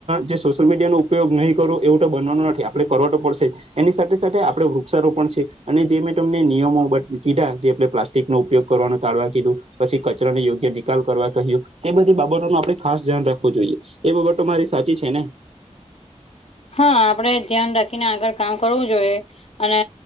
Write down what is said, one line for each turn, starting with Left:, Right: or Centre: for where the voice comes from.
Right: જે સોશિયલ મીડિયાનો ઉપયોગ નહીં કરું એવું તો બનવાનો નથી આપણે કરવા તો પડશે જ. એની સાથે સાથે આપડે વૃક્ષારોપણ છે, અને જે મેં તમને નિયમો બ કીધા જે પ્લાસ્ટ નો ઉપયોગ કરવાનું ટાળવા કીધું. પછી કચરાને યોગ્ય નિકાલ કરવા કહ્યું તે બધી બાબતોનું આપણે ખાસ ધ્યાન રાખવું જોઈએ. એ બાબતો મારી સાચી છે ને.
Left: હા આપડે ધ્યાન રાખીને આગળ કામ કરવું જોઈએ. અને